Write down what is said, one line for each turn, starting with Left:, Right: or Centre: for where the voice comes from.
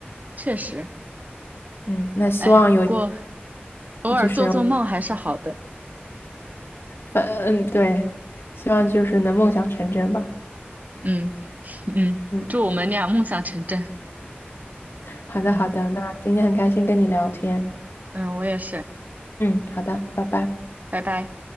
Right: 确实。
Left: 嗯，那希望有
Right: 哎，不过。偶尔做做梦还是好的。
Left: 就是反嗯对，希望就是能梦想成真吧。
Right: 嗯嗯，
Left: 嗯。
Right: 祝我们俩梦想成真。
Left: 好的，
Right: 嗯
Left: 好的，那今天很开心跟你聊天。
Right: 嗯，我也是，
Left: 嗯，好的，拜拜。
Right: 拜拜。